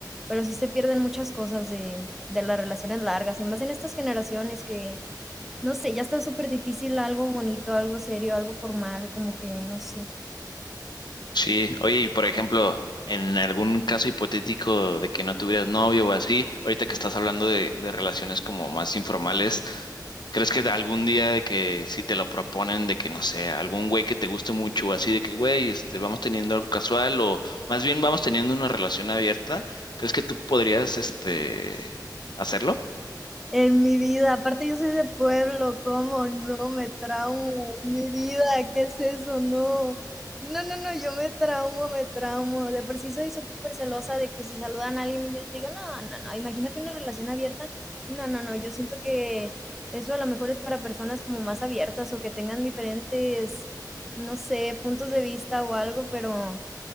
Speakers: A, in the centre; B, on the left.
A: pero sí se pierden muchas cosas de, de las relaciones largas, y más en estas generaciones que, no sé, ya está súper difícil algo bonito, algo serio, algo formal, como que no sé.
B: Sí, oye, y por ejemplo, en algún caso hipotético de que no tuvieras novio o así, ahorita que estás hablando de, de relaciones como más informales, ¿crees que algún día de que si te lo proponen de que no sé, algún güey que te guste mucho, así de que güey, este, vamos teniendo algo casual o más bien vamos teniendo una relación abierta, ¿crees que tú podrías este hacerlo?
A: En mi vida, aparte yo soy de pueblo, ¿cómo no? Me traumo, mi vida, ¿qué es eso? No, no, no, no, yo me traumo, me traumo. De por sí soy súper celosa de que si saludan a alguien, yo digo: "No, no, no, imagínate una relación abierta". No, no, no, yo siento que eso a lo mejor es para personas como más abiertas o que tengan diferentes, no sé, puntos de vista o algo, pero